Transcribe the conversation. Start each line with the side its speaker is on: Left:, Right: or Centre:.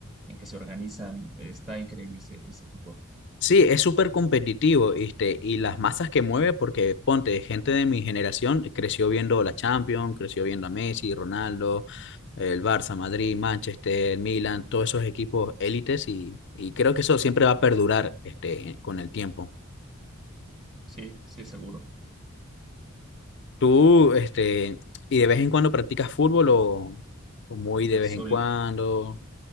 Right: en que se organizan, está increíble ese, ese fútbol.
Left: Sí, es súper competitivo, ¿viste? Y las masas que mueve, porque ponte, gente de mi generación creció viendo la Champions, creció viendo a Messi, Ronaldo, el Barça, Madrid, Manchester, Milan, todos esos equipos élites y, y creo que eso siempre va a perdurar, este, con el tiempo.
Right: Sí, sí, seguro.
Left: ¿Tú, este, y de vez en cuando practicas fútbol o, o muy de
Right: Sol,
Left: vez en cuando?